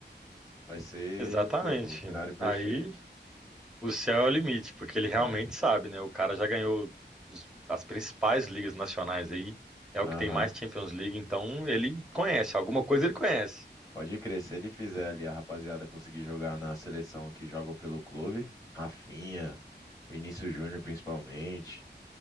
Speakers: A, on the left (about 20°); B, in the centre.
A: vai ser,
B: Exatamente.
A: pô, o cenário perfeito.
B: Aí o céu é o limite, porque ele realmente
A: É,
B: sabe, né? O cara já ganhou os- as principais ligas nacionais aí, é o
A: aham.
B: que tem mais Champions League, então ele conhece, alguma coisa ele conhece.
A: Pode crer, se ele fizer ali a rapaziada conseguir jogar na seleção que jogam pelo clube, Rafinha, Vinícius Júnior principalmente,